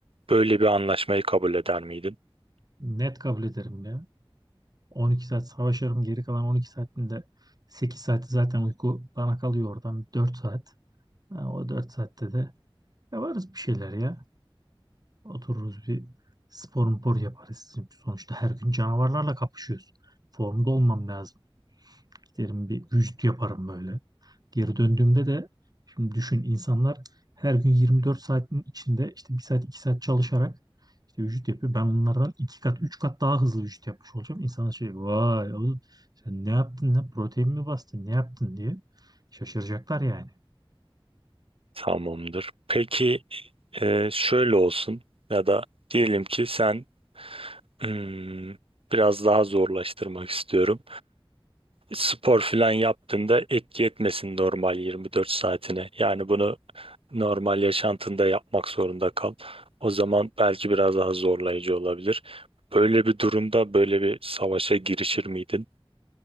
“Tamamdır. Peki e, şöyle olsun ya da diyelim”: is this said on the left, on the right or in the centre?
Right